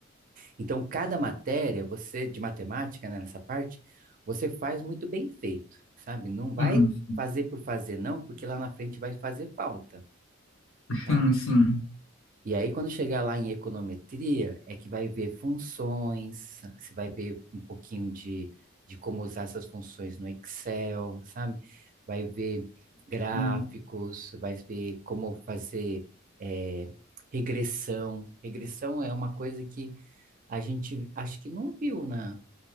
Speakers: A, on the right; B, on the left.
A: Então, cada matéria, você de matemática, né, nessa parte, você faz muito bem feito, sabe? Não vai
B: Sim,
A: fazer por fazer, não, porque lá na frente vai fazer falta, tá?
B: sim, sim.
A: E aí, quando chegar lá em econometria, é que vai ver funções, você vai ver um pouquinho de, de como usar essas funções no Excel, sabe? Vai ver gráficos,
B: sim.
A: vai ver como fazer é, regressão. Regressão é uma coisa que a gente acho que não viu na.